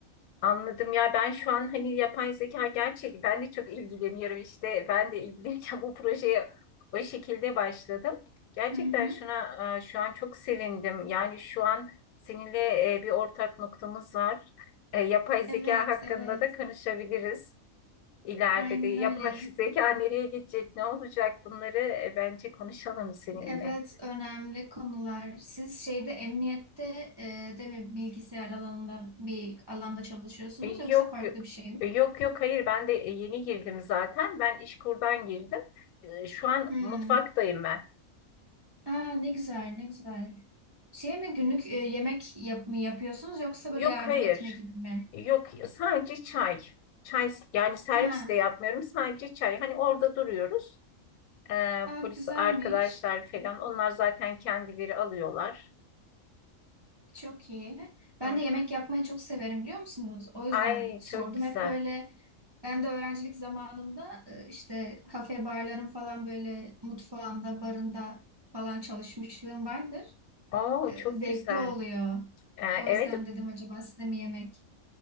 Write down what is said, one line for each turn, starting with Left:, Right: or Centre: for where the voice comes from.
Left: Anladım ya ben şu an hani yapay zeka gerçek ben de çok ilgileniyorum işte ben de ilgilenirken <laughs> bu projeye o şekilde başladım. Gerçekten
Right: Hı hı.
Left: şuna e, şu an çok sevindim. Yani şu an seninle e, bir ortak noktamız var. E, Yapay zeka
Right: Evet,
Left: hakkında
Right: evet.
Left: da konuşabiliriz. İleride
Right: Aynen
Left: de yapay
Right: öyle.
Left: <laughs> zeka nereye gidecek, ne olacak bunları e, bence konuşalım seninle.
Right: Evet, önemli konular. Siz şeyde emniyette e, de mi bilgisayar alanında bir alanda çalışıyorsunuz
Left: E, Yok
Right: yoksa farklı
Left: yok
Right: bir şey mi?
Left: E, yok yok, hayır ben de e, yeni girdim zaten ben İşkur'dan girdim E, şu an
Right: Hmm.
Left: mutfaktayım ben
Right: Aa, ne güzel, ne güzel. Şey mi günlük e, yemek yap mı yapıyorsunuz yoksa
Left: yok
Right: böyle yardım
Left: hayır
Right: etme gibi mi?
Left: yok sadece çay çay yani servis
Right: Ha,
Left: de yapmıyorum sadece çay hani orada duruyoruz E,
Right: aa,
Left: polis
Right: güzelmiş.
Left: arkadaşlar falan onlar zaten kendileri alıyorlar
Right: Çok iyi.
Left: hı
Right: Ben
Left: hı.
Right: de yemek yapmayı çok severim biliyor musunuz? O yüzden
Left: Ay
Right: sordum.
Left: çok güzel
Right: Hep böyle ben de öğrencilik zamanımda e, işte kafe barların falan böyle mutfağında, barında falan çalışmışlığım vardır.
Left: Oo
Right: E,
Left: çok
Right: Zevkli
Left: güzel
Right: oluyor.
Left: E,
Right: O
Left: evet
Right: yüzden dedim acaba size mi yemek?